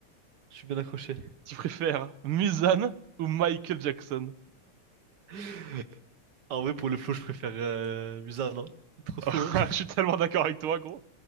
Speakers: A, on the right; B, on the right.
A: je suis bien accroché.
B: Tu préfères Mulan ou Michael Jackson?
A: <laughs> En vrai, pour le flow, je préfère euh, Musa, non? Il est trop slow,
B: <laughs> Je suis tellement d'accord avec toi, gros.